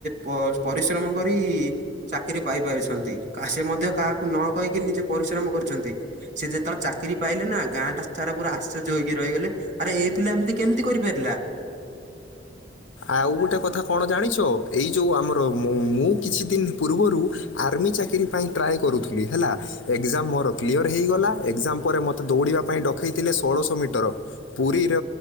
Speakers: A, on the right; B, on the left.
A: ପ ପରିଶ୍ରମ କରି ଚାକିରି ପାଇ ପାରିଛନ୍ତି, କା ସେ ମଧ୍ୟ କାହାକୁ ନ କହିକି ନିଜେ ପରିଶ୍ରମ କରିଛନ୍ତି। ସେ ଯେତେବେଳେ ଚାକିରି ପାଇଲେ ନା ଗାଁ ଟା ସାରା ପୁରା ଆଶ୍ଚର୍ଯ୍ୟ ହୋଇକି ରହିଗଲେ। ଆରେ ଏଇ ପିଲା ଏମିତି କେମିତି କରିପାରିଲା?
B: ଆଉ ଗୋଟେ କଥା କଣ ଜାଣିଛ ଏଇ ଯେଉ ଆମର ମୁ, ମୁଁ କିଛି ଦିନ ପୂର୍ବରୁ ଆର୍ମି ଚାକିରିୀ ପାଇଁ ଟ୍ରାଏ କରୁଥିଲି ହେଲା। ଏକ୍ଜାମ ମୋର କ୍ଲିୟର ହେଇଗଲା, ଏକ୍ଜାମ ପରେ ମୋତେ ଦୌଡ଼ିବା ପାଇଁ ଡ ଡକାଇଥିଲେ ଷୋଳଶହ ମିଟର ପୁରୀରେ